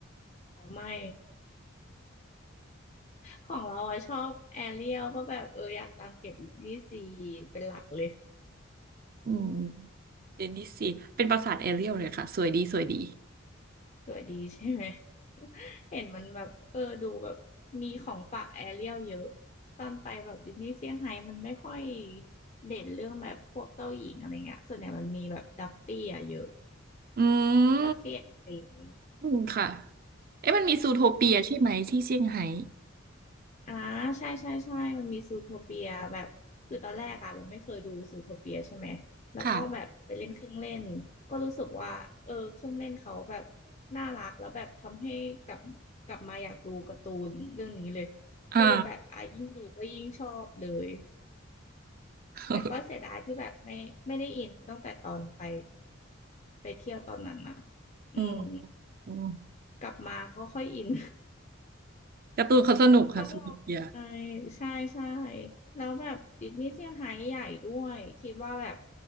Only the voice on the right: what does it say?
<laughs> อืมเดนนิสสิเป็นปราสาทแอเรียลเลยค่ะสวยดีสวยดี
อืม
อืมค่ะเอ๊ะมันมีซูโทเปียใช่ไหมที่เซี่ยงไฮ้
ค่ะ
อ่า
<laughs>
อืม
อืม
การ์ตูนเขาสนุกค่ะสนุกเยอะ